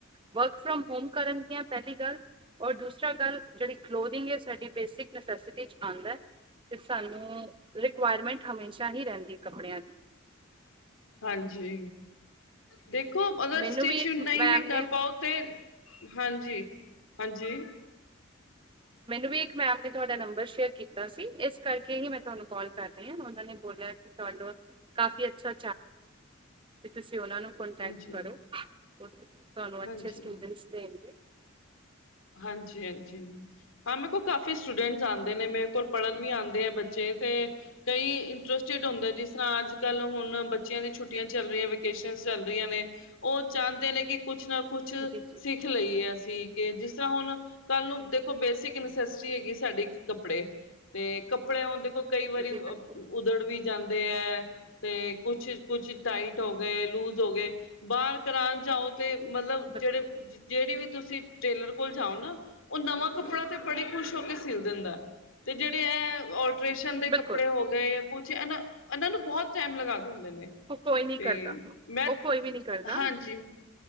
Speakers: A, on the right; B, on the left.
A: ਵਰਕ ਫਰੋਮ ਹੋਮ ਕਰਨਗੀਆਂ ਪਹਿਲੀ ਗੱਲ, ਔਰ ਦੂਸਰਾ ਗੱਲ ਜਿਹੜੀ ਕਲੋਰਿੰਗ ਹੈ ਸਾਡੀ ਬੇਸਿਕ ਨਸੈਸਿਟੀ ਆਉਂਦੈ। ਤੇ ਸਾਨੂੰ ਰਿਕੁਆਇਰਮੈਂਟ ਹਮੇਸ਼ਾ ਹੀ ਰਹਿੰਦੀ ਹੈ ਕੱਪੜਿਆਂ ਦੀ।
B: ਹਾਂਜੀ। ਦੇਖੋ ਅਗਰ
A: ਮੈਨੂੰ
B: ਸਟਿਚ
A: ਵੀ ਇੱਕ
B: ਨਹੀਂ
A: ਮੈਮ
B: ਵੀ ਕਰ
A: ਨੇ
B: ਪਾਓ ਤੇ, ਹਾਂਜੀ। ਹਾਂਜੀ।
A: ਮੈਨੂੰ ਵੀ ਇੱਕ ਮੈਮ ਨੇ ਤੁਹਾਡਾ ਨੰਬਰ ਸ਼ੇਅਰ ਕੀਤਾ ਕੀਤਾ ਸੀ, ਇਸ ਕਰਕੇ ਹੀ ਮੈਂ ਤੁਹਾਨੂੰ ਕੋਲ ਕਰ ਰਹੀ ਹਾਂ। ਉਹਨਾਂ ਨੇ ਬੋਲਿਆ ਕਿ ਤੁਹਾਨੂੰ ਕਾਫ਼ੀ ਅੱਛਾ ਕਿ ਤੁਸੀ ਉਹਨਾਂ ਨੂੰ ਕੋਂਟੈਕਟ
B: ਹਾਂਜੀ
A: ਕਰੋ। ਤੁਹਾਨੂੰ ਅੱਛੇ
B: ਹਾਂਜੀ
A: ਸਟੂਡੈਂਟਸ ਦੇਣਗੇ।
B: ਹਾਂਜੀ, ਹਾਂਜੀ ਹਾਂ ਮੈਂ ਕਾਫੀ ਸਟੂਡੈਂਟਸ ਆਂਦੇ ਨੇ ਮੇਰੇ ਕੋਲ ਪੜ੍ਹਨ ਵੀ ਆਂਦੇ ਆ ਬੱਚੇ, ਤੇ ਕਈ ਇੰਟਰਸਟਿਡ ਹੁੰਦੇ ਜਿਸ ਤਰ੍ਹਾਂ ਅੱਜ-ਕੱਲ ਹੁਣ ਬੱਚਿਆਂ ਦੀ ਛੁੱਟੀਆਂ ਚੱਲ ਰਹੀਆਂ ਵਿਕੇਸ਼ਨਸ ਚੱਲ ਰਹੀਆਂ ਨੇ। ਉਹ ਚਾਂਦੇ ਨੇ ਕਿ ਕੁਛ ਨਾ ਕੁਛ
A: ਜੀ ਜੀ
B: ਸਿੱਖ ਲਈਏ ਅਸੀਂ, ਕਿ ਜਿਸ ਤਰ੍ਹਾਂ ਹੁਣ ਕੱਲ ਨੂੰ ਦੇਖੋ ਬੇਸਿਕ ਨਸੈਸਿਟੀ ਹੈਗੀ ਸਾਡੀ ਕੱਪੜੇ, ਤੇ ਕੱਪੜੇ ਹਣ ਦੇਖੋ ਕਈ ਵਰੀ
A: ਜੀ
B: ਉਧੜ
A: ਬਿਲਕੁਲ
B: ਵੀ ਜਾਂਦੇ ਹੈ, ਤੇ ਕੁਛ-ਕੁਛ ਟਾਈਟ ਹੋ ਗਏ, ਲੂਜ ਹੋ ਗਏ ਬਾਹਰ ਕਰਾਨ ਜਾਓ ਤੇ ਮਲਬ
A: ਬਿਲਕੁਲ
B: ਜੇੜੇ-ਜੇੜੀ ਵੀ ਤੁਸੀ ਟੇਲਰ ਕੋਲ ਜਾਓ ਨਾ, ਉਹ ਨਵਾਂ ਕੱਪੜਾ ਤੇ ਬੜੇ ਖੁਸ਼ ਹੋ ਕੇ ਸਿਲ ਦੇੰਦੈ, ਤੇ ਜੇੜੇ ਐ ਅਲਟਰੇਸ਼ਨ ਦੇ
A: ਬਿਲਕੁਲ
B: ਕੱਪੜੇ ਹੋ ਗਏ, ਕੁਛ ਇਨਾਂ-ਇਨਾਂ ਨੂੰ ਬੋਹਤ ਟਾਈਮ ਲਗਾ ਹੁੰਦੇ ਨੇ,
A: ਉਹ ਕੋਈ ਨਹੀਂ
B: ਤੇ
A: ਕਰਦਾ
B: ਮੈਂ
A: ਉਹ ਕੋਈ ਵੀ ਨਹੀਂ ਕਰਦਾ
B: ਹਂਜੀ।